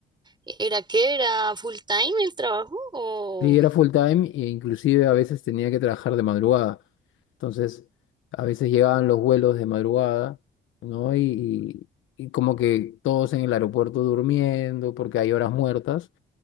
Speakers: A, on the right (about 20°); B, on the left (about 80°).
A: ¿era qué? ¿Era full time el trabajo? O...
B: Sí, era full time e inclusive a veces tenía que trabajar de madrugada. Entonces, a veces llegaban los vuelos de madrugada, ¿no? Y, y, y como que todos en el aeropuerto durmiendo porque hay horas muertas.